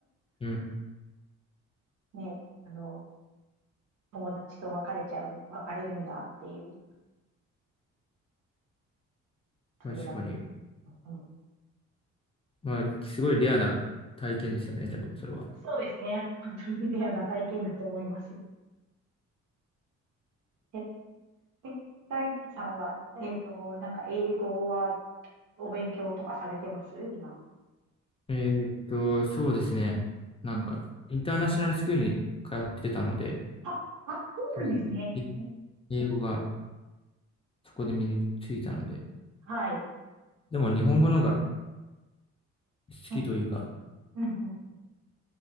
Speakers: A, on the left (about 20°); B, on the right (about 75°).
A: うん。
B: ね、あの、友達と別れちゃう、別れるんだっていう、
A: 確かに。
B: それがつい、うん、
A: まあ、すごいレアな体験ですよね、でも、それは。
B: そうですね。本当にレアな体験だと思います。えー、え大地さんは、えっと、なんか英語はお勉強とかされてます今。
A: えーっと、そうですね。なんか、
B: うん。
A: インターナショナルスクールに通ってたので、
B: あ、あ、そうなんですね。
A: い
B: えー
A: 英語がそこで身についたので、
B: はい。
A: でも日本語のが好きというか、
B: うん、うん、うん、